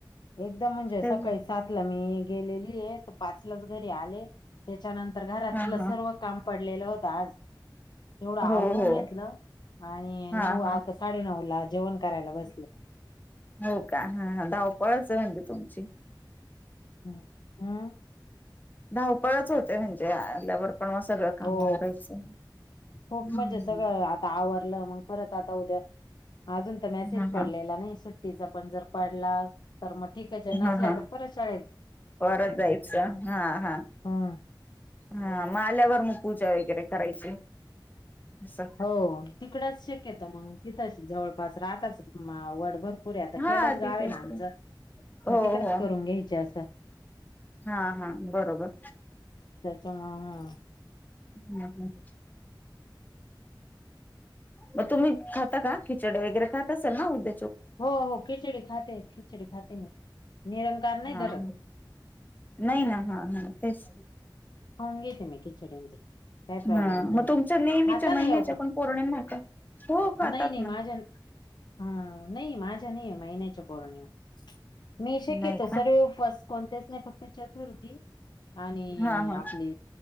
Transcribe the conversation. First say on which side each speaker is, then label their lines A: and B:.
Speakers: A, on the left; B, on the left.
A: एकदम म्हणजे
B: ते
A: सकाळी सात ला मी गेलेली आहे पाच लाच घरी आले. त्याच्यानंतर घरातलं
B: हा हा
A: सर्व काम पडलेलं होत. आज तेवढं आवरून
B: हो हो
A: घेतलं. आणि
B: हा
A: नऊ
B: हा
A: आता साडेनऊ ला जेवण करायला बसले.
B: हो का हा धावपळच म्हणती तुमची.
A: हम, हम.
B: धावपळच होते म्हणजे, आल्यावर पण मग सगळं काम
A: हो
B: आवरायचं.
A: खूप
B: हम्म
A: म्हणजे सगळं, आता आवरलं मग परत आता उद्या अजून तर मेसेज
B: हा
A: पडलेला
B: हा
A: नाही, सुट्टीचा पण जर पडला तर मग ठीक नसल्या
B: हा हा
A: तर परतच्या
B: परत जायचं हा, हा,
A: हम्म.
B: हा म आल्यावर. मग पूजा वगैरे करायची. असं
A: हो तिकडच शिक्यतो येत मग तिथंच जवळपास राहातच वडभर पुरे आता खेडच
B: हा
A: गाव
B: तिथेच
A: आहे ना आमचं,
B: की. हो
A: मग तिकडच
B: हो
A: करून घ्यायच असं.
B: हा हा बरोबर.
A: त्याच्यामुळे
B: हम्म हम. मग तुम्ही खाता का, खिचड वगैरे खात असाल ना उद
A: हो, हो. खिचडी खाते. खिचडी खाते. मी निरंकार नाही
B: हा,
A: धरत
B: ह, नाही ना हा, हा तेच.
A: खाऊन घेते मी खिचडी आणि ते. काही प्रॉब्लेम
B: हा
A: नाही
B: मग तुमच्या नेहमीच्या
A: खाता
B: महिन्याच्या
A: नाही
B: पण पौर्णिम का हो खातात
A: नाही नाही
B: ना.
A: माझ्या हा नाही माझ्या नाही महिन्याच्या पौर्णिमा. मी शक्यतो
B: नाही का
A: सर्व उपवास कोणतेच नाही फक्त चतुर्थी आणि
B: हा हा
A: आपली